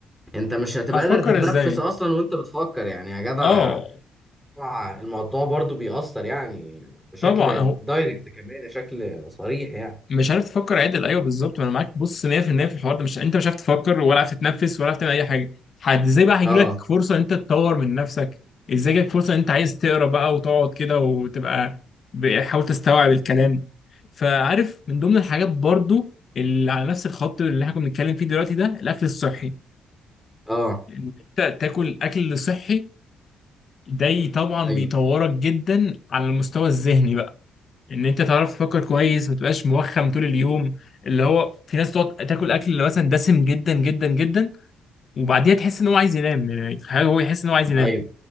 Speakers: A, in the centre; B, on the left.
A: انت مش هتبقى
B: هتفكر
A: قادر تتنفس
B: ازاي
A: اصلا وانت بتفكر يعني يا جدع
B: اه
A: طبعاً الموضوع برضو بيأثر يعني بشكل
B: طبعا
A: دايركت كمان بشكل صريح يعني
B: مش عارف تفكر عدل ايوه بالظبط ما انا معاك بص 100% في المية في الحوار ده مش انت مش عارف تفكر ولا عارف تتنفس ولا عارف تعمل اي حاجه حد ازاي بقى هيجي
A: اه
B: لك فرصه ان انت تطور من نفسك ازاي جالك فرصه ان انت عايز تقرا بقى وتقعد كده وتبقى بتحاول تستوعب الكلام فعارف من ضمن الحاجات برضو اللي على نفس الخط اللي احنا كنا بنتكلم فيه دلوقتي ده الاكل الصحي
A: اه
B: ان انت تاكل اكل صحي ده طبعا
A: ايوه
B: بيطورك جدا على المستوى الذهني ان انت تعرف تفكر كويس ما تبقاش موخم طول اليوم اللي هو في ناس تقعد تاكل اكل اللي مثلا دسم جدا جدا جدا وبعديها تحس ان هو عايز ينام يعني حاجة هو يحس ان هو عايز ينام
A: ايوه